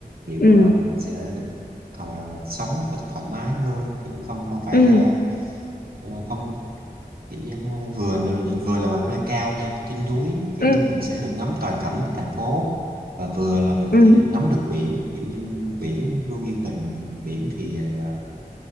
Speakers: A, on the right (about 70°); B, on the left (about 70°).
A: kiểu
B: Ừ.
A: ờ, mình sẽ được thọ, sống một cách thoải mái hơn kiểu không không phải
B: Ừ.
A: ờ, ờ, không kiểu như ờ, vừa vừa là một nơi cao nha trên núi kiểu
B: Ừ.
A: như mình sẽ được ngắm toàn cảnh cái thành phố và vừa là mình
B: Ừ.
A: có thể được ngắm được biển kiểu như biển luôn yên bình biển thì là